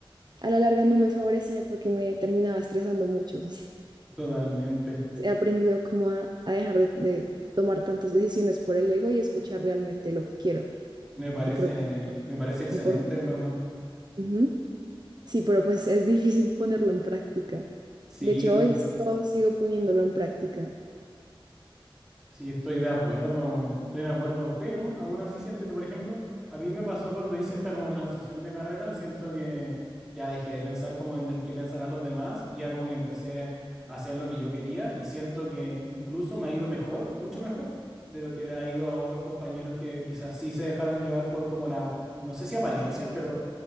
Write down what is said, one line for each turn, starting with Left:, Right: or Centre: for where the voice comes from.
Right: a la larga no me favorecía porque me terminaba estresando mucho. <laughs>
Centre: totalmente.
Right: He aprendido como a, a dejar de, de tomar tantas decisiones por el ego y escuchar realmente lo que quiero,
Centre: Me parece,
Right: que creo que es
Centre: me parece excelente,
Right: importante.
Centre: en verdad.
Right: Ujú. Sí, pero pues es difícil ponerlo en práctica.
Centre: Sí,
Right: De hecho,
Centre: no.
Right: hoy sigo, sigo poniéndolo en práctica.
Centre: Sí, estoy de acuerdo, estoy de acuerdo, pero aún así siento que, por ejemplo, a mí me pasó cuando hice esta como transición de carrera, siento que ya dejé de pensar como en el que pensarán los demás y ya como que empecé a hacer lo que yo quería y siento que incluso me ha ido mejor, mucho mejor de lo que le ha ido a otros compañeros que quizás sí se dejaron llevar por como la, no sé si apariencias, pero